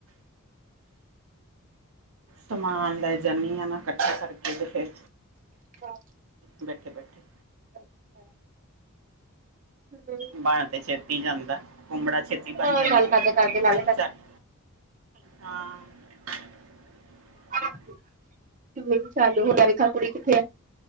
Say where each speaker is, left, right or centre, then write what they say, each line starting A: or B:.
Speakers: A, on the right; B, on the right.
A: ਸਮਾਨ ਲੈ ਜਾਂਦੀ ਆ ਨਾ ਇਕੱਠਾ ਕਰਕੇ ਤੇ ਫੇਰ
B: <inaudible>
A: ਬੈਠੇ-ਬੈਠੇ
B: ਕਲੀ ਸਪੋਰਟ, ਮੈਨੂੰ ਵੀ
A: ਬਣ ਤਾ ਛੇਤੀ ਜਾਂਦਾ ਹੁਣ ਬੜਾ ਛੇਤ ਬਣ
B: ਹਾਂ
A: ਜਾਂਦਾ।
B: ਗੱਲ ਕਰਦੇ ਕਰਦੇ ਨਾਲੇ
A: <unintelligible> ਹਾਂ। <inaudible>
B: <unintelligible> ਚੱਲ ਹੁਣ ਮੈ ਵੇਖਾ ਕੁੜੀ ਕਿੱਥੇ ਐ,